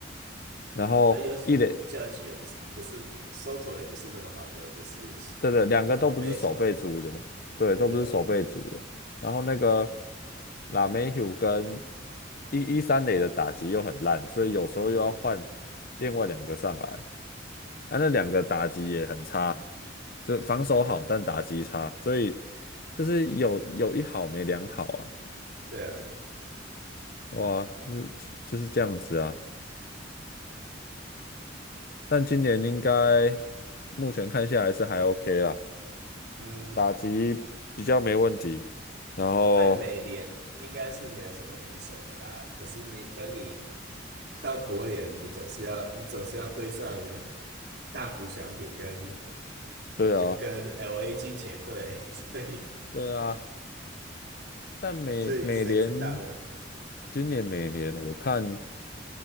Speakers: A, on the left; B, on the right.
A: 然后一垒，
B: 啊，尤其 Judge 也不是不是 Soto 也不是那么好的，就是手背手，
A: 对对，两个都不是守备组的，对，都不是守备组的。
B: 对啊，
A: 然后那个 l a m e h 跟一一三垒的打击又很烂，所以有时候又要换
B: 嗯，
A: 另外两个上来。啊，那两个打击也很差，就防守好，
B: <laughs>
A: 但打击差，所以就是有有一好没两好啊，
B: 对啊，
A: 哇，就是就是这样子啊。但今年应该目前看下来是还 OK 啦，
B: 嗯，
A: 打击比较没问题。然后
B: 在美联应该是没有什么敌手的啦。可是你等你到国联，你总是要你总是要对上大谷翔平跟
A: 对啊，
B: 跟 LA 金钱队，<laughs> 所以
A: 对啊，但美美联
B: 所以谁知道呢？
A: 今年美联我看